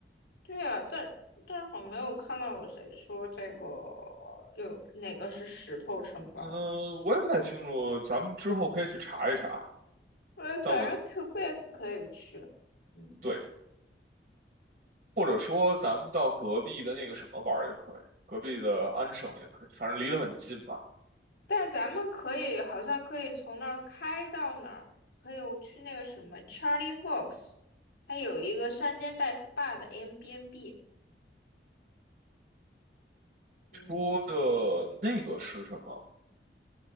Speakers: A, on the left (about 80°); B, on the right (about 50°).
A: 对啊，但但好像没有看到有谁说这个有哪个是石头城堡。
B: 嗯，我也不太清楚，咱们之后可以去查一查。
A: 呃，反正
B: 但我
A: Quebec 可以去，嗯，
B: 对，或者说咱们到隔壁的那个什么玩儿也可以，隔壁的安省也可以，反正离得很近吧。
A: 但咱们可以好像可以从那儿开到哪儿，可以去那个什么 Charlie Vox，它有一个山间带 SPA 的 Airbnb，嗯。
B: 说的那个是什么